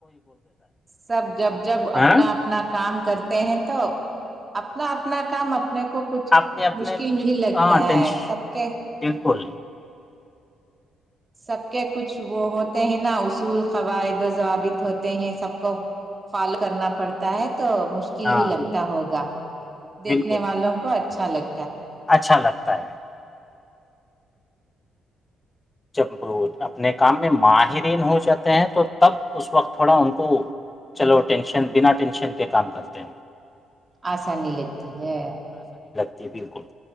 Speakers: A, on the right (about 25°); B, on the left (about 20°).
A: سب جب جب اپنا
B: ہاں
A: اپنا کام کرتے ہیں تو اپنا اپنا کام اپ اپنے کو کچھ
B: اپنے اپنے
A: مشکل میں ہی لگتا
B: ہاں ٹینش
A: ہے سب کے
B: بالکل
A: سب کے کچھ وہ ہوتے ہیں نا اصول قواعد و ضوابط ہوتے ہیں سب کو فالو کرنا پڑتا ہے تو مشکل
B: ہاں
A: ہی لگتا ہوگا دیکھنے
B: بالکل
A: والوں کو اچھ چالک
B: اچھا لگتا ہے جب وہ اپنے کام میں ماہرین ہو جاتے ہیں تو تب ا وقت تھوڑا ان کو چلو ٹینشن بنا ٹینشن کے کام کرتے
A: آسانی لگتی ہے
B: جی بالکل